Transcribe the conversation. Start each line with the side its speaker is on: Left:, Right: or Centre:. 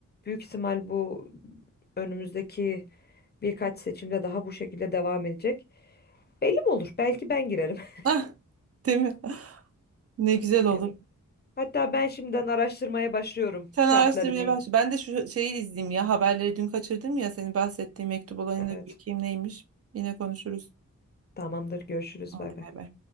Left: Büyük ihtimal bu önümüzdeki birkaç seçimde daha bu şekilde devam edecek. Belli mi olur? Belki ben girerim.
Right: <laughs>
Left: <laughs>
Right: Ah, değil mi? <laughs> Ne güzel olur.
Left: Evet. Hatta ben şimdiden araştırmaya başlıyorum
Right: Sen
Left: şartları
Right: araştırmaya
Left: neymiş.
Right: başla. Ben de şu şeyi izleyeyim ya. Haberleri dün kaçırdım ya. Senin bahsettiğin mektup olayını
Left: Evet.
Right: da bir bakayım neymiş. Yine konuşuruz.
Left: Tamamdır. Görüşürüz.
Right: Hadi
Left: Bay bay.
Right: bay bay.